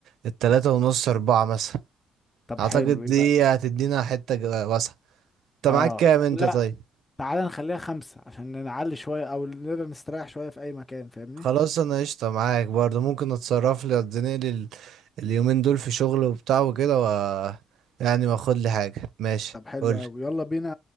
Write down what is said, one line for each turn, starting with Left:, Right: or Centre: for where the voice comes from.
Right: التلاتة ونص اربعة مثلا
Left: طب
Right: اعتقد
Left: حلو
Right: دي
Left: ايه بقى
Right: هتدينا حتة ج- واسعة انت معاك
Left: اه
Right: كام
Left: طب
Right: انت
Left: لا
Right: طيب
Left: تعالى نخليها خمسة عشان نعلي شوية او نقدر نستريح شوية في اي مكان فاهمني
Right: خلاص انا قشطة معاك برضه ممكن اتصرف لي اديني لي ال- اليومين دول في شغل وبتاع وكده و يعني واخد لي حاجة ماشي
Left: طب حلو
Right: قولي
Left: قوي يلا بينا